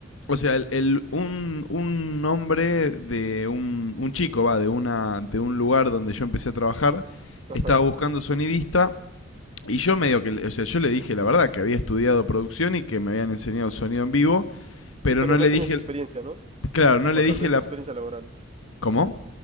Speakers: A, on the left; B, on the right.
A: o sea, el, el- un, un hombre de un, un chico, va, de, una, de un lugar donde yo empecé a trabajar,
B: Ajá.
A: estaba buscando sonidista. Y yo medio que, o sea, yo le dije la verdad que había estudiado producción y que me habían enseñado sonido en vivo, pero
B: Y pero
A: no
B: no
A: le dije,
B: tenías experiencia, ¿no?
A: claro, no
B: Tipo,
A: le dije
B: tal vez
A: la...
B: no experiencia laboral.
A: ¿Cómo?